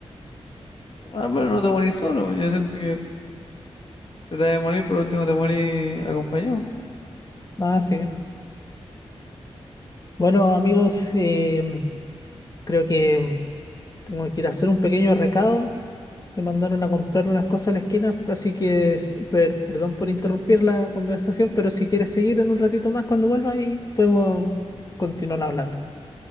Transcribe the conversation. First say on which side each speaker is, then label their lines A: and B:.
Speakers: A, on the left; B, on the left.
A: Al menos no te morís solo. Yo siento que si te vas a morir, por último te morís acompañado.
B: Ah, sí. Bueno, amigos, eh, creo que tengo que ir a hacer un pequeño recado. Me mandaron a comprar unas cosas a la esquina, así que s- per- perdón por interrumpir la conversación, pero si quieres seguir en un ratito más cuando vuelva y podemos continuar hablando.